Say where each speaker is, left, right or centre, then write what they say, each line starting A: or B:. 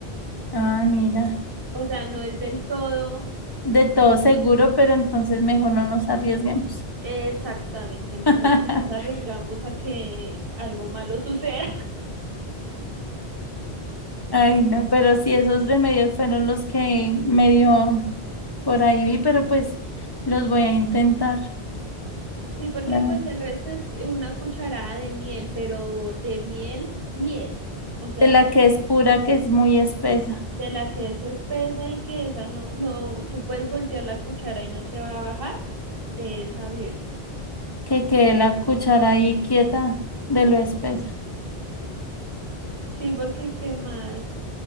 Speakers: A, on the left; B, on the right.
A: Ah, mira,
B: O sea, no es del todo
A: de todo seguro, pero entonces mejor no nos arriesguemos.
B: exactamente, mejor
A: <laughs>
B: no nos arriesgamos a que algo malo <laughs> suceda.
A: Ay, no, pero sí, esos remedios fueron los que medio por ahí vi, pero pues los voy a intentar.
B: Sí, porque
A: La,
B: pues el resto es eh, una cucharada de miel, pero de miel, miel. O sea,
A: de la que es pura, que es muy espesa.
B: de la que es espesa y que esa no, no, tú puedes voltear la cuchara y no se va a bajar de esa miel.
A: que quede la cuchara ahí quieta de lo espesa.
B: Sí, porque qué más